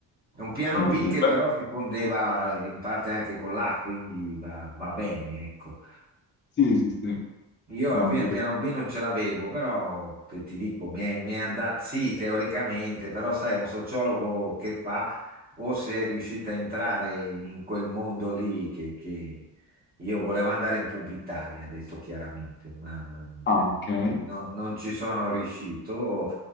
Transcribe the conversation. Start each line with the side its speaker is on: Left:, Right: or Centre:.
Right: È un piano
Left: Cioè, non-
Right: B che però si fondeva in parte anche con l'A, quindi va, va bene, ecco.
Left: Sì, sì, sì.
Right: Io
Left: No,
Right: alla fine il piano B non ce l'avevo, però eh, ti dico, mi è, mi è andata, sì, teoricamente, però sai, un sociologo che fa o se è riuscito a entrare in quel mondo lì che, che- io volevo andare in Publitalia, detto chiaramente, ma
Left: ah, ok.
Right: eh, no- non ci sono riuscito,